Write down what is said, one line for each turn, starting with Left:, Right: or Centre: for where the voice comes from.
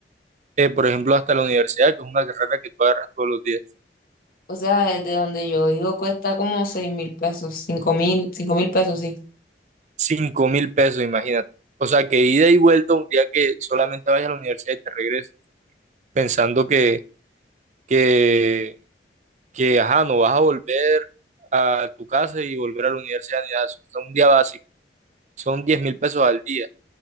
Right: Eh, por ejemplo, hasta la universidad, que es una carrera que tú agarras todos los días.
Left: O sea, desde donde yo vivo cuesta como seis mil pesos, cinco mil, cinco mil pesos, sí.
Right: Cinco mil pesos, imagínate. O sea, que ida y vuelta un día que solamente vayas a la universidad y te regreses, pensando que, que, que, ajá, no vas a volver a tu casa y volver a la universidad ni nada. Eso es un día básico. Son diez mil pesos al día.